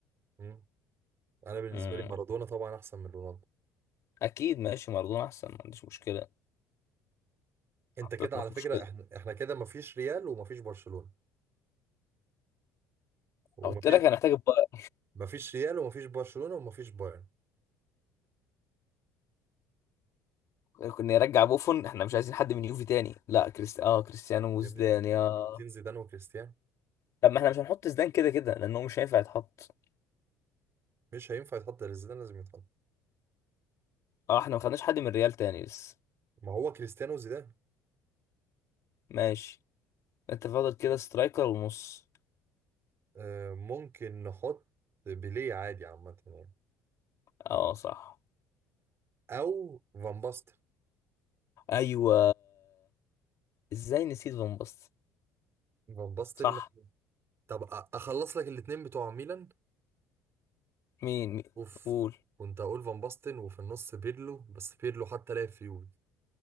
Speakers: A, on the right; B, on the left.
A: مم. انا بالنسبه
B: مم.
A: لي مارادونا طبعا احسن من رونالدو
B: اكيد ماشي مارادونا احسن ما عنديش مشكله
A: انت
B: حطيتنا
A: كده على
B: في
A: فكره
B: مشكله
A: احنا احنا كده مفيش ريال ومفيش برشلونه ومفيش
B: قلت لك هنحتاج بقى
A: مفيش ريال ومفيش برشلونه ومفيش بايرن
B: كنا نرجع بوفون احنا مش عايزين حد من يوفي تاني لا كريستي اه كريستيانو وزدان
A: يا ابني
B: يا
A: حاطين زيدان وكريستيانو
B: طب ما احنا مش هنحط زدان كده كده لانه مش هينفع يتحط
A: مش هينفع يتحط غير زيدان لازم يتحط
B: اه احنا ما خدناش حد من ريال تاني لسه
A: ما هو كريستيانو وزيدان
B: ماشي انت فاضل كده سترايكر ونص
A: آه ممكن نحط بيليه عادي عامه يعني
B: اه صح
A: او فان باستن
B: ايوه ازاي نسيت فان باستن
A: فان باستن
B: صح
A: طب أ- اخلص لك الاتنين بتوع ميلان
B: مين مين
A: اوف
B: قول
A: كنت هقول فان باستن وفي النص بيرلو بس بيرلو حتى لعب في يوفي